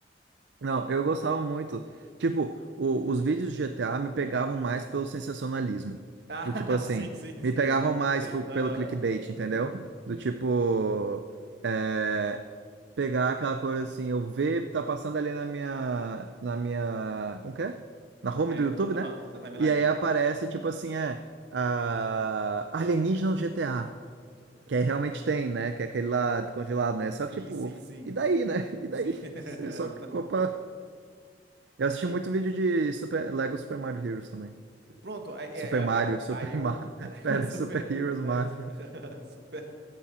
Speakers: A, on the right; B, on the right.
A: Não, eu gostava muito. Tipo, o- os vídeos de GTA me pegavam mais pelo sensacionalismo.
B: <laughs> Ah,
A: Do tipo assim,
B: sim, sim, sim,
A: me pegavam
B: era
A: mais pelo,
B: Aham.
A: pelo clickbait, entendeu?
B: <laughs>
A: Do tipo, é, pegar aquela coisa assim, eu ver, tá passando ali na minha, na minha, como que é? Na home
B: É,
A: do YouTube,
B: aham,
A: né?
B: na timeline.
A: E aí aparece, tipo assim, é, a, alienígena no GTA.
B: <laughs>
A: Que aí realmente tem, né? Que é aquele lá congelado, né? Só
B: Sim,
A: que, tipo,
B: sim, sim.
A: e daí, né? <laughs> E daí?
B: Sim, <laughs>
A: Você só
B: exatamente.
A: clicou pra... Eu assisti muito vídeo de Super... Lego Super Mario Heroes também.
B: Pronto, aí, aí,
A: Super Mario,
B: aí,
A: Super
B: aí
A: Mario...
B: o <laughs>
A: <laughs> Pera,
B: super,
A: Super Heroes
B: Lex-
A: Mario.
B: <laughs> super.